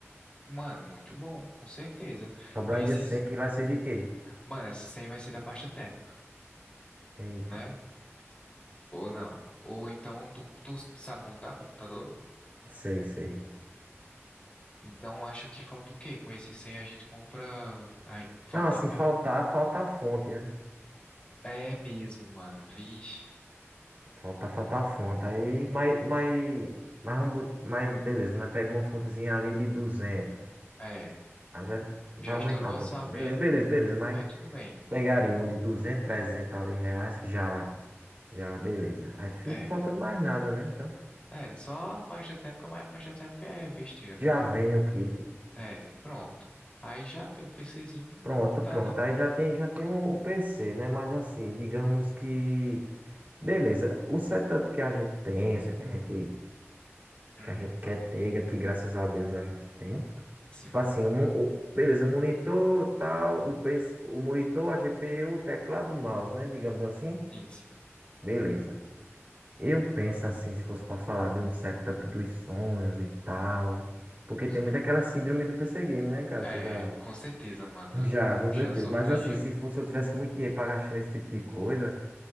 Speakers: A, on the left (about 25°); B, on the right (about 35°).
A: Mano, muito bom, com certeza.
B: Sobrar
A: Esses,
B: ainda 100 que vai ser de quê?
A: mano, esse 100 vai ser da pasta térmica,
B: Eita,
A: né? Ou não? Ou então tu, tu sabe montar computador?
B: sei, sei.
A: Então acho que falta o quê? Com esse 100 a gente compra. Ai, falta.
B: Não, assim,
A: pa-
B: faltar, falta a fonte, né?
A: É mesmo, mano. Vixe.
B: Falta, falta a fonte. Aí, mas, mas, mas, vamos bot- mas beleza, nós pega uma fontezinha ali de 200.
A: É.
B: Aí já vai
A: Já
B: aumentar
A: estourou
B: um
A: o orçamento,
B: pouquinho. Beleza, beleza, beleza, mas
A: mas tudo bem.
B: pegaria uma de 200, 300 ali reais, que já Já, beleza. Aí fica
A: É.
B: faltando mais nada, né? Então,
A: É, só a pasta térmica, mas a pasta térmica é besteira, né?
B: já
A: Acabou.
B: vem o kit.
A: É, pronto. Aí já tem um PCzinho
B: Pronto,
A: montado
B: pronto. Aí já tem, já tem o PC, né? Mas assim, digamos que. Beleza. O setup que a gente pensa, que a gente,
A: Hum,
B: que a gente quer ter, que graças a Deus a gente tem.
A: sim.
B: Tipo assim, o, mo- o- beleza, o monitor, tal, o, PC, o monitor, a GPU, o teclado, o mouse, né? Digamos assim.
A: Sim, sim.
B: Beleza. Eu penso assim, se fosse pra falar de um setup dos sonhos e tal. Porque
A: Certo.
B: tem muito aquela síndrome do PC Game, né, cara?
A: É,
B: Você já.
A: com
B: <laughs>
A: certeza, mano.
B: Já,
A: Eu
B: com
A: já
B: certeza.
A: sofri,
B: Mas assim,
A: já.
B: se fosse eu tivesse muito dinheiro pra gastar nesse tipo de coisa,